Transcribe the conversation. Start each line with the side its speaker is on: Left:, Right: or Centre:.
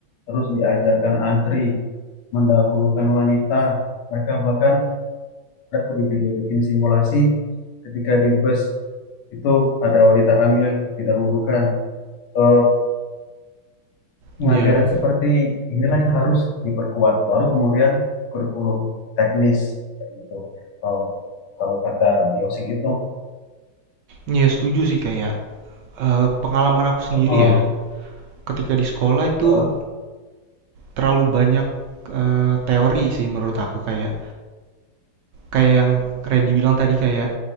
Left: terus diajarkan antri, mendahulukan wanita. Mereka bahkan ada tuh di video bikin simulasi ketika di bus itu ada wanita hamil didahulukan. Eh, pengajaran
Right: Iya,
Left: seperti inilah yang harus diperkuat. Baru kemudian kurikulum teknis kayak gitu. Kalau kalau kata beliau sih gitu.
Right: iya setuju sih kayak eh, pengalaman aku sendiri
Left: Oh,
Right: ya. Ketika di sekolah itu
Left: eh,
Right: terlalu banyak eh, teori sih menurut aku kayak kayak yang Randy bilang tadi kayak